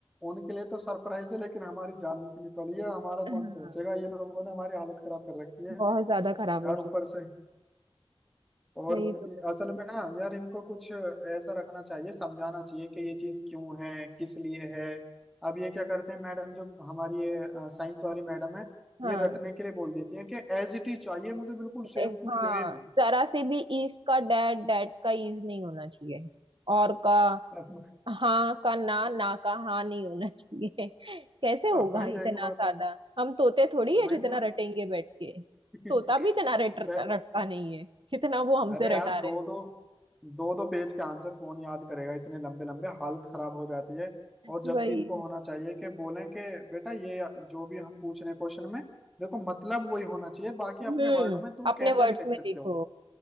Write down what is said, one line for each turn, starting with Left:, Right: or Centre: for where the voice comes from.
Centre: उनके लिए तो सरप्राइज है लेकिन हमारी जान निकली पड़ी है हमारा
Right: हाँ
Centre: कौन सोचेगा ये लोगों ने हमारी हालत खराब कर रखी है
Right: बहुत ज्यादा खराब
Centre: यार
Right: हो चुकी
Centre: ऊपर से और
Right: है वही तो
Centre: असल में ना यार इनको कुछ ऐसा रखना चाहिए समझाना चाहिए कि ये चीज क्यों है किस लिए है अब ये क्या करते हैं मैडम जो हमारी ये साइंस वाली मैडम है
Right: हाँ
Centre: ये रटने के लिए बोल देती है कि एज इट इज चाहिए मुझे बिल्कुल सेम
Right: ए-
Centre: टू
Right: हाँ
Centre: सेम
Right: जरा से भी ईज का डैट डैट का ईज नहीं होना चाहिए और का
Centre: अब,
Right: हाँ का ना ना का हाँ नहीं होना चाहिए <laughs> कैसे होगा
Centre: अब भाई
Right: इतना
Centre: एक बात
Right: सादा हम तोते थोड़ी
Centre: वही
Right: है जितना
Centre: तो
Right: रटेंगे बैठ के
Centre: <laughs>
Right: तोता भी इतना रट
Centre: पै-
Right: रटता नहीं है जितना वो हमसे
Centre: अरे यार
Right: रटा
Centre: दो
Right: रहे
Centre: दो दो दो पेज के आंसर कौन याद करेगा इतने लंबे लंबे हालत खराब हो जाती है
Right: हैं।
Centre: और जबकि
Right: वही
Centre: इनको होना चाहिए कि बोलें कि बेटा ये जो भी हम पूछ रहे हैं क्वेश्चन में देखो मतलब वही होना चाहिए बाकी
Right: हम्म
Centre: अपने वर्ड में तुम
Right: अपने
Centre: कैसा
Right: वर्ड्स
Centre: भी लिख
Right: में
Centre: सकते
Right: लिखो
Centre: हो